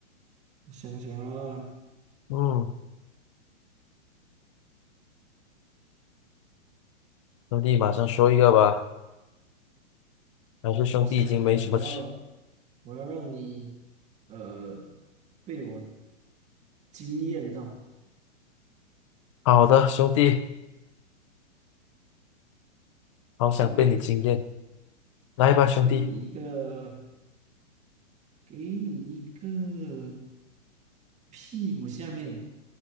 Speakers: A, on the right; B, on the left.
A: 我想想啊，
B: 嗯，兄弟，马上说一个吧。还是兄弟已经没什么吃
A: 我想我要我要让你呃被我惊艳到。
B: 好的，兄弟，好想被你惊艳。
A: OK，
B: 来吧，兄弟。
A: 给你一个给你一个屁股下面